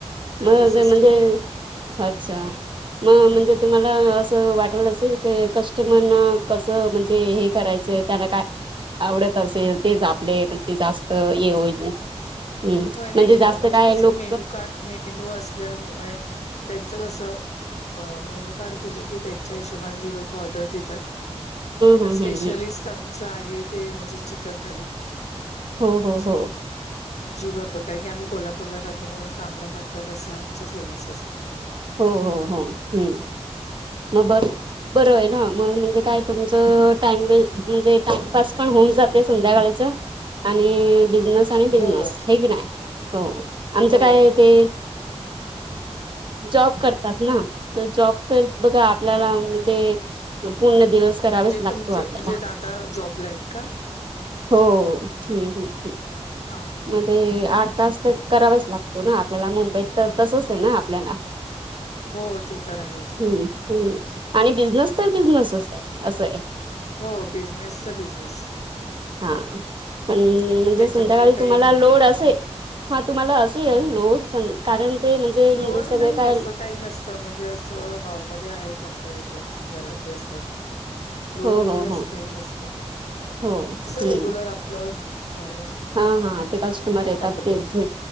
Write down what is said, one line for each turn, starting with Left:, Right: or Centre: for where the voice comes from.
Left: थाली
Right: मग
Left: सिस्टम
Right: ते म्हणजे,
Left: आहे
Right: अच्छा! म म्हणजे तु मला असं वाटलं असेल, क कस्टमरला कसं म्हणजे हे करायचं, त्यांना काय आवडत असेल, तेच आपले म्ह न जे जास्त ये होईल. हम्म,
Left: होय नाही
Right: म्हणजे जास्त
Left: अ,
Right: काय
Left: कसं
Right: लोक
Left: मेनू कार्ड मेनू असल्यामुळे, त्यांचं कस मेनू कार्ड दिलं की त्यांच्या हिशोबाने जे लोक ऑर्डर देतात. पण
Right: हम्म
Left: स्पेशलिस्ट
Right: हम्म हम्म
Left: आमचं आहे ते म्हणजे चिकन थाली.
Right: हो हो
Left: जी
Right: हो,,
Left: जी बरोबर, कारण की आम्ही कोल्हापूरला राहतो. म्हणून तांबडा, पांढर रसा, आमचा फेमसच आहे.
Right: हो हो हो, हम्म, मग बर- बरं आहे ना, मग म्हणजे काय? तुमचं टाइम व म्हणजे टाइमपास पण होऊन जाते संध्याकाळीच. आणि बिझनेस आणि
Left: आहे
Right: बिझनेस
Left: हो
Right: हाय की नाही, हो आमच
Left: हो
Right: काय ते जॉब करतात ना, तर जॉब तर बघा आपल्याला
Left: हां,
Right: म्हणजे पूर्ण दिवस करावेच
Left: म्हणजे
Right: लागतो
Left: तुमचे
Right: आपल्याला
Left: म्हणजे दादा जॉबला आहेत का?
Right: हो हम्म हम्म हम्म
Left: हा हा,
Right: मग ते आठ तास तर करावाच लागतो ना आपल्याला, मुंबईत तर तसच आहे ना आपल्याला.
Left: हो ते तर आहेच.
Right: हम्म, हम्म, आणि बिझनेस तर बिझनेसच आहे. असं आहे.
Left: हो बिझनेसचा, बिझनेस.
Right: हा पण म्हणजे
Left: त्याच्यामुळे
Right: संध्याकाळी
Left: काही
Right: तुम्हाला
Left: हे
Right: लोड
Left: नाही.
Right: असे हा तुम्हाला असेल लोड, कारण ते म्हणजे
Left: लोड
Right: सगळे
Left: नाही
Right: काय
Left: असं काही नसतं म्हणजे असं नॉर्मली आहेत. आमच्या ह्याच्यात घरातले असतात. लोड
Right: हो
Left: वगैरे
Right: हो
Left: असं
Right: हो
Left: काही नसत.
Right: हो हम्म
Left: तस रेग्युलर आपलं नॉर्मल
Right: हा हा, ते कस्टमर येतात
Left: त्या पद्धतीचं.
Right: तेच्.